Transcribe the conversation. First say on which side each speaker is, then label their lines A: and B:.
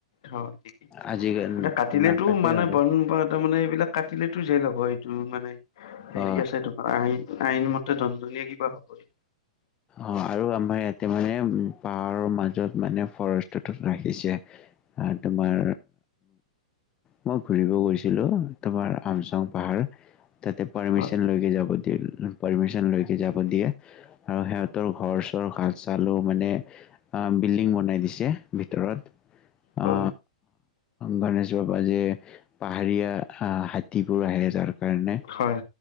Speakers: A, on the left; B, on the left.
A: হয় নেকি
B: আজি
A: এয়া কাটিলেতটো
B: নাকাটে
A: মানে
B: বাৰু
A: বণ তাৰমানে এইবিলাক কাটিলো এইটো জেল হ'ব এইটো মানে হেৰি
B: অ
A: আছে তোমাৰ আইন আইন মতে দণ্ডনীয় কিবা হ'ব
B: অঁ আৰু আমাৰ ইয়াতে মানে পাহাৰৰ মাজত মানে ফৰেষ্টততোত ৰাখিছে আৰু তোমাৰ মই ঘুৰিব গৈছিলোঁ তোমাৰ আমচাং পাহাৰ তাতে পাৰ্মিশন
A: হয়
B: লৈকে যাব দিয়ে পাৰ্মিশন লৈকে যাব দিয়ে। আৰু সিহঁতৰ ঘৰ চৰ কাষ চালো, মানে অ বিল্ডিং বনাই দিছে ভিতৰত।
A: হয়
B: অ গণেশ বাবা যে পাহাৰীয়া আহ হাতীবোৰ আহে যাৰ কাৰণে
A: হয়